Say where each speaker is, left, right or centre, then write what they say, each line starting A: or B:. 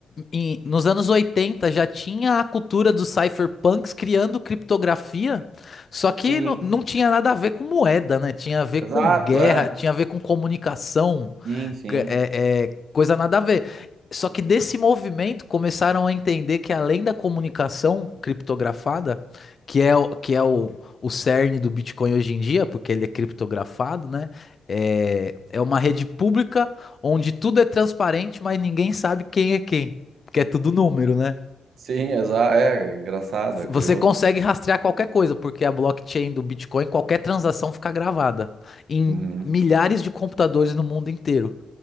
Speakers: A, on the left (about 35°); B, on the right (about 55°).
A: em- nos anos 80 já tinha a cultura dos cypherpunks criando criptografia, só que
B: sim,
A: não, não tinha nada a ver com moeda, né? Tinha a ver
B: exato,
A: com guerra,
B: é.
A: tinha a ver com comunicação
B: Sim, sim.
A: que É, é coisa nada a ver. Só que desse movimento começaram a entender que além da comunicação criptografada, que é o, que é o, o cerne do Bitcoin hoje em dia, porque ele é criptografado, né? É, é uma rede pública onde tudo é transparente, mas ninguém sabe quem é quem, porque é tudo número, né?
B: Sim, exato, é engraçado, é curioso.
A: Você consegue rastrear qualquer coisa, porque a blockchain do Bitcoin, qualquer transação fica gravada em
B: Uhum.
A: milhares de computadores no mundo inteiro.